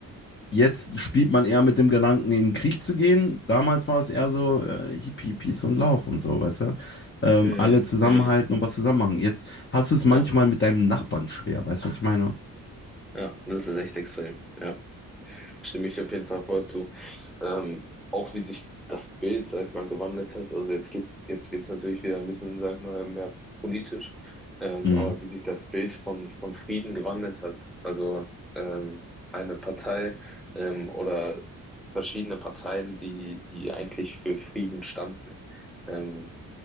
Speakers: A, on the left; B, in the centre.
A: Jetzt spielt man eher mit dem Gedanken, in den Krieg zu gehen. Damals war es eher so, äh, Hippie, Peace und Lauf und so, weißt du? Ähm,
B: Mhm.
A: alle zusammenhalten
B: Mhm.
A: und was zusammen machen. Jetzt hast du es manchmal
B: Ja,
A: mit deinem Nachbarn schwer, weißt du, was ich meine?
B: ja, das ist echt extrem. Ja, stimme ich auf jeden Fall voll zu. Ähm, auch wie sich das Bild, sag ich mal, gewandelt hat. Also jetzt geht, jetzt wird es natürlich wieder ein bisschen, sag ich mal, mehr politisch. Ähm,
A: Mhm.
B: aber wie sich das Bild von, von Frieden gewandelt hat. Also ähm, eine Partei ähm, oder verschiedene Parteien, die, die eigentlich für Frieden standen. ähm,